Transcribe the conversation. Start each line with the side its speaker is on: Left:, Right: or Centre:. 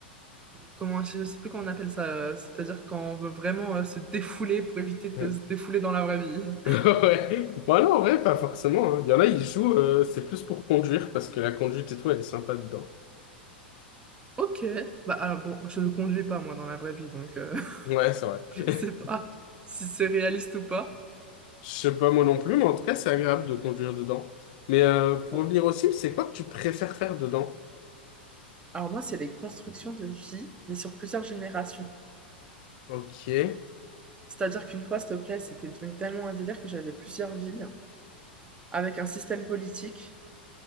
Right: comment je sais plus comment on appelle ça, euh, c'est-à-dire quand on veut vraiment euh, se défouler pour éviter de
Left: <laughs>
Right: se défouler dans la vraie vie. <laughs>
Left: Ouais. bah non, en vrai, pas forcément. hein. Il y en a, ils jouent, euh, c'est plus pour conduire parce que la conduite et tout, elle est sympa dedans.
Right: Ok, bah alors bon, je ne conduis pas moi dans la vraie vie, donc euh,
Left: Ouais, c'est
Right: <laughs>
Left: vrai.
Right: je
Left: <laughs>
Right: sais pas si c'est réaliste ou pas.
Left: Je sais pas moi non plus, mais en tout cas, c'est agréable de conduire dedans. Mais euh, pour
Right: Bon,
Left: revenir au cible, c'est quoi que tu préfères faire dedans?
Right: alors moi c'est des constructions de vie, mais sur plusieurs générations.
Left: Ok. Je
Right: C'est-à-dire qu'une fois, s'il te plaît, c'était devenu tellement un délire que j'avais plusieurs vies avec un système politique